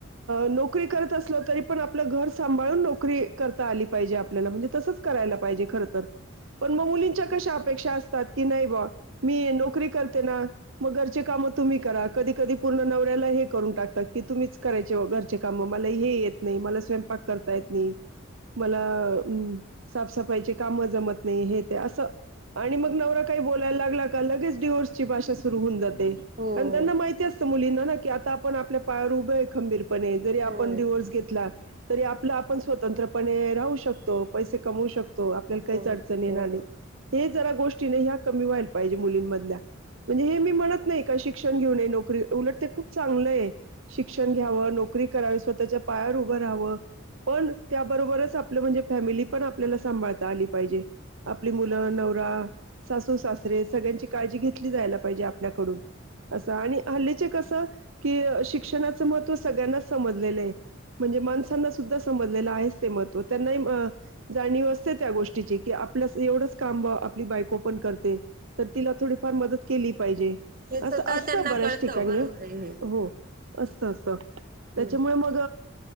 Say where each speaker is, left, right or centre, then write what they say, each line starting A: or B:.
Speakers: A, on the right; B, on the right.
A: नोकरी करत असल तरी पण, आपलं घर सांभाळून नोकरी करता आली पाहिजे आप ल्याला पण तसच करायला पाहिजे खरं तर, पण मग मुलींच्या कशा अपेक्षा असतात की नाही बा मी नोकरी करते ना, मग घरची काम तुम्ही करा कधी कधी पूर्ण नवऱ्याला हे करून टाकतात की तुम्हीच करायचे वो घरचे काम मला हे येत नाही, मला स्वयंपाक करता येत नाही मला हम साफसफाईचे काम जमत नाही, हे ते असं. आणि मग नवरा काही बोलायला लागला का लगेच डिवोर्सची भाषा सुरु होऊन जाते,
B: हो
A: कारण त्यांना माहिती अस तं मुलींना की, आता आपण आपल्या पायावर उभं आहे खंबीर पणे जरी
B: हो
A: आपण डिव्होर्स घेतला तरी, आपल आपण स्वतंत्रपणे राहू शकतो. तो पैसे कमवू शकतो, आपल्याला काहीच
B: हो
A: अडचण येणार
B: हो.
A: नाही हे जरा गोष्टी ह्या कमी व्हायला पाहिजे. मुलींमधल्या. म्हणजे हे मी म्हणत नाही का, शिक्षण घेऊ नये नोकरी उलट ते खूप चांगलं आहे शिक्षण घ्यावं नोक री करावी स्वतःच्या पायावर उभ राहावं, पण त्याबरोबरचं आपलं म्हणजे फॅमिली पण आपल्याला सांभाळता आली पाहिजे. आपली मुलं,
B: हो.
A: नवरा, सासू, सासरे सगळ्यांची काळजी घेतली जायला पाहिजे आपल्याकडून. असं आणि हल्लीचे कसं की शिक्षणाच महत्त्व सगळ्यांनाच समजलेलं आहे. म्हणजे माणसांना सुद्धा समजलेलं आहे, ते महत्व त्यांना जाणीव असते, त्या गोष्टीची की आपल्या एवढंच काम आपली बायको पण करते तिला थोडीफार मदत केली पाहिजे
B: हे स्वतः
A: अस असत
B: त्यांना
A: बऱ्याच
B: कळतं
A: ठिकाणी
B: बरोबर
A: हं
B: आहे हे.
A: हो अस असत त्याच्यामुळे
B: हम्म
A: मग